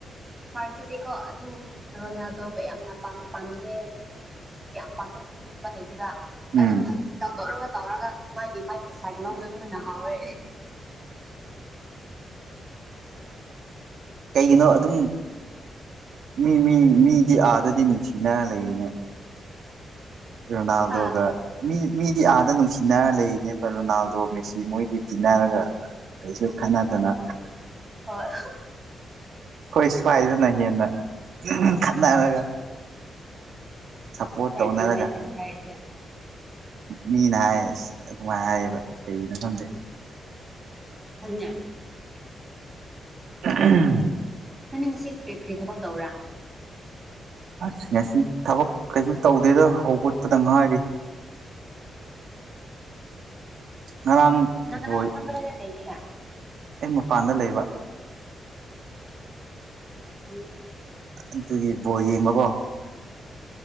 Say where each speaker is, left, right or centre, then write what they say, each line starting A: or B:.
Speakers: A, on the right; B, on the right.
A: ꯃꯁꯗꯦꯀꯣ ꯑꯗꯨ ꯑꯗꯨ ꯔꯣꯅꯥꯗꯣꯕꯨ ꯌꯥꯝꯅꯝ ꯄꯥꯝꯗꯦ ꯃꯁꯤ ꯌꯥꯝ ꯄꯥꯝꯃꯦ ꯃꯗꯨꯒꯨꯝꯕ ꯂꯩꯗꯦꯕ
B: ꯎꯝ
A: ꯑꯗꯨꯝ ꯐꯥꯒꯤ ꯇꯥꯎ ꯇꯧꯔꯒ ꯇꯧꯔꯒ ꯁ ꯃꯥꯒꯤ ꯃꯥꯒꯤ ꯁꯥꯏꯠ ꯂꯧꯕꯗꯣ ꯑꯗꯨꯃꯥꯏꯅ ꯍꯥꯎꯋꯦ
B: ꯀꯩꯒꯤꯅꯣ ꯑꯗꯨꯝ ꯃꯤ ꯃꯤ ꯃꯤ ꯗꯤ ꯑꯥꯗꯗꯤ ꯅꯨꯡꯁꯤꯅ ꯂꯩꯌꯦꯅꯦ ꯔꯅꯥꯥꯜꯗꯣꯒ
A: ꯍꯥ
B: ꯃꯤ ꯒꯤ ꯑꯥꯗ ꯅꯨꯡꯁꯤꯅꯔ ꯂꯩꯔꯤꯅꯦꯕ ꯔꯣꯅꯥꯜꯗꯣ ꯃꯦꯁꯤ ꯃꯣꯏꯗꯤ ꯇꯤꯟꯅꯔꯒ ꯀꯩꯁꯨ ꯈꯅꯗꯅ
A: ꯍꯣꯏ
B: ꯍꯣꯏ ꯁ꯭ꯋꯥꯏꯗꯅ ꯍꯦꯟꯅ ꯈꯅꯥꯅꯒ ꯁꯞꯄꯣꯔꯠ
A: ꯍꯣꯏ
B: ꯇꯧꯅꯔꯒꯥ
A: ꯆꯨꯝꯃꯦ ꯅꯪꯅ ꯍꯥꯏꯔꯤꯁꯦ
B: ꯃꯤꯅ ꯍꯥꯏꯌꯦ ꯑꯥꯁ ꯑꯗꯨꯃꯥꯏꯅ ꯍꯥꯏꯌꯦꯕ ꯀꯒꯤꯅ ꯈꯪꯗꯦ
A: ꯑꯗꯨꯅ
B: ꯎꯝ
A: ꯅꯪꯅꯤ ꯉꯁꯤ ꯀꯔꯤ ꯀꯔꯤ ꯊꯕꯛ ꯇꯧꯔꯥ
B: ꯑꯥꯁ ꯉꯁꯤ ꯊꯕꯛ ꯀꯩꯁꯨ ꯇꯧꯗꯦꯗ ꯍꯧꯒꯠꯄꯗ ꯉꯥꯏꯔꯤ <inaudible> ꯉꯔꯥꯡ
A: ꯅꯪ
B: ꯕꯣꯜ
A: ꯅꯪ꯭ꯔꯂꯦꯒꯌꯥ
B: ꯑꯩ ꯃꯄꯥꯟꯗ ꯂꯩꯕ
A: ꯎꯝ
B: ꯑꯥꯗꯨꯒꯤ ꯕꯣ ꯌꯦꯡꯕꯀꯣ